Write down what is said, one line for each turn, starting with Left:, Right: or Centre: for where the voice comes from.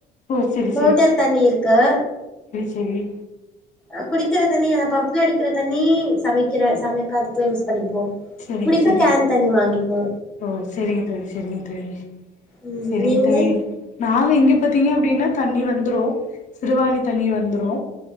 Left: ஓ சரி
Centre: மோட்டர் தண்ணி இருக்கு.
Left: செரி
Centre: அ குடிக்கிற தண்ணி அத பம்ப்ல அடிக்கற தண்ணி சமைக்கிற சமைக்க அத தா யூஸ் பண்ணிப்போ
Left: செரிங்க
Centre: குடிக்க
Left: செரிங்க
Centre: கேன் தண்ணி வாங்கிப்போ
Left: ஓ செரிங்க தோழி செரிங்க தோழி
Centre: ம்
Left: செரிங்க
Centre: நீங்க
Left: தோழி நானு இங்க பாத்தீங்க அப்டினா தண்ணி வந்துரு சிறுவாணி தண்ணி வந்துரு